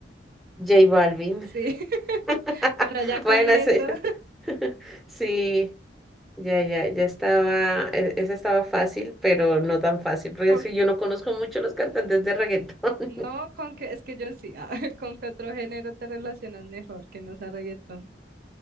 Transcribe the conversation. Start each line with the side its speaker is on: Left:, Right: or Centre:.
Centre: J Balvin.
Right: Sí.
Centre: <laughs>
Right: <laughs>
Centre: <laughs>
Right: Bueno, ya con
Centre: Bueno,
Right: eso,
Centre: eso <laughs> Sí, ya, ya, ya estaba, e- esa estaba fácil, pero no tan fácil, porque
Right: <laughs> con,
Centre: es que yo no conozco mucho los cantantes de reggaetón.
Right: no,
Centre: <laughs>
Right: con que, es que yo sí, ah, <laughs> con qué otro género te relacionas mejor que no sea reggaetón.